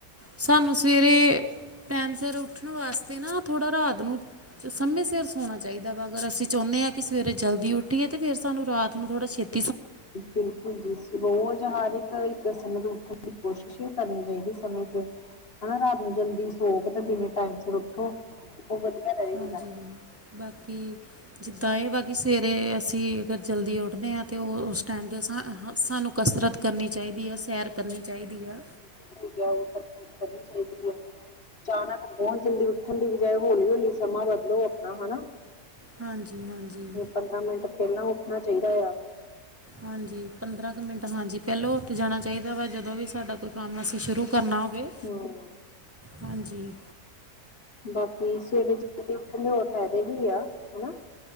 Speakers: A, on the right; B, on the left.
A: ਸਾਨੂੰ ਸਵੇਰੇ ਟੈਮ ਸਿਰ ਉੱਠਣ ਵਾਸਤੇ ਨਾ ਥੋੜਾ ਰਾਤ ਨੂੰ ਸਮੇਂ ਸਿਰ ਸੋਣਾ ਚਾਹੀਦਾ ਵਾ, ਅਗਰ ਅਸੀਂ ਚਉਣੇ ਹਾਂ ਕਿ ਸਵੇਰੇ ਜਲਦੀ ਉੱਠੀਏ ਤੇ ਫੇਰ ਸਾਨੂੰ ਰਾਤ ਨੂੰ ਥੋੜ੍ਹਾ ਛੇਤ
B: ਬਿਲਕੁਲ ਜੀ ਰੋਜ਼ ਹਰ ਇੱਕ ਇੱਕ ਸਮੇਂ ਤੋਂ ਉੱਠਣ ਦੀ ਕੋਸ਼ਿਸ਼ ਹੀ ਕਰਨੀ ਚਾਹੀਦੀ ਸਮੇਂ ਸਿਰ ਹਨਾ ਰਾਤ ਨੂੰ ਜਲਦੀ ਸੋ ਕੇ ਦਿਨ ਟਾਈਮ ਸ ਉੱਠੋ <unintelligible> ਰਹੇਗਾ।
A: ਹਾਂਜੀ, ਬਾਕੀ ਜਿੱਦਾਂ ਇਹ ਵਾ ਕਿ ਸਵੇਰੇ ਅਸੀਂ ਅਗਰ ਜਲਦੀ ਉੱਠਦੇ ਹਾਂ ਤੇ ਉਹ ਉਸ ਟੈਮ ਦੇ ਸਾਨੂੰ ਕਸਰਤ ਕਰਨੀ ਚਾਹੀਦੀ ਐ ਸੈਰ ਕਰਨੀ ਚਾਹੀਦੀ ਆ
B: ਬਿਲਕੁਲ, ਸਹੀ ਕਹਿ ਰੇ ਹ, ਕਰਨੀ ਚਾਹੀਦੀ ਐ। ਅਚਾਨਕ ਬੋਤ ਜਲਦੀ ਉੱਠਣ ਦੀ ਬਜਾਏ ਹੌਲੀ ਹੌਲੀ ਸਮਾਂ ਬਦਲੋ ਆਪਣਾ ਹਨਾ।
A: ਹਾਂਜੀ ਹਾਂਜੀ
B: ਪੰਦਰਾਂ ਮਿੰਟ ਪਹਿਲਾਂ ਉੱਠਣਾ ਚਾਹੀਦਾ ਆ।
A: ਹਾਂਜੀ, ਪੰਦਰਾਂ ਕੁ ਮਿੰਟ, ਹਾਂਜੀ, ਪਹਿਲੋ ਜਾਣਾ ਚਾਹੀਦਾ ਵਾ ਜਦੋਂ ਵੀ ਸਾਡਾ ਕੋਈ ਕੰਮ ਅਸੀਂ ਸ਼ੁਰੂ ਕਰਨਾ ਹੋਵੇ,
B: ਹੂੰ।
A: ਹਾਂਜੀ। ਜੀ।
B: ਬਾਕੀ ਸਵੇਰੇ ਜਲਦੀ ਉੱਠਣ ਦੇ ਹੋਰ ਫੈਦੇ ਵੀ ਆ ਹਨਾ।